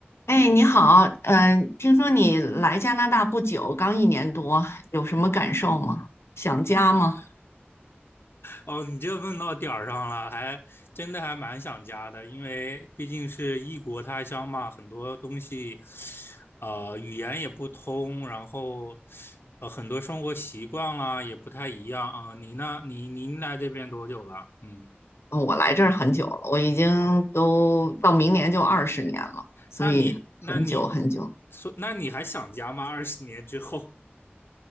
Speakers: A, on the left; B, on the left.
A: 哎，你好，嗯、听说你来加拿大不久，刚一年多，有什么感受吗？想家吗？
B: 哦，你这问到点儿上了，还真的还蛮想家的，因为毕竟是异国他乡嘛，很多东西，呃，语言也不通，然后呃，很多生活习惯啦也不太一样啊。呃你呢？你您来这边多久了？嗯，
A: 嗯我来这儿很久了，我已经都到明年就二十年了，所以很久很久。
B: 那你那你说，那你还想家吗？二十年之后？